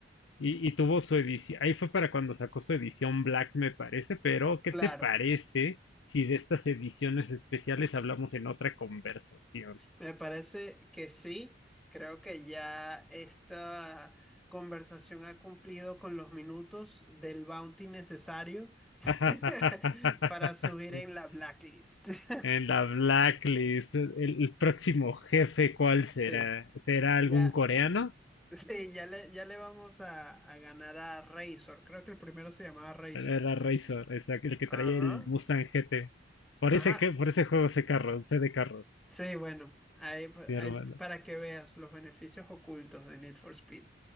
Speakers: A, on the left (about 70°); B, in the centre.
A: Y, y tuvo su edición, ahí fue para cuando sacó su edición Black, me parece, pero ¿qué
B: Claro.
A: te parece si de estas ediciones especiales hablamos en otra conversación?
B: Me parece que sí, creo que ya esta conversación ha cumplido con los minutos del bounty necesario <laughs>
A: <laughs>
B: para subir en la blacklist. <laughs>
A: En la Blacklist, el, el próximo jefe, ¿cuál será?
B: Sí,
A: ¿Será algún
B: ya,
A: coreano?
B: sí, ya le, ya le vamos a, a ganar a Razor. Creo que el primero se llamaba Razor.
A: Era Razor, esa- el que
B: Ajá,
A: traía el Mustang GT. Por
B: ajá.
A: ese, que- por ese juego sé carros, sé de carros,
B: Sí, bueno, ahí,
A: mi
B: ahí
A: hermano.
B: para que veas los beneficios ocultos de Need for Speed.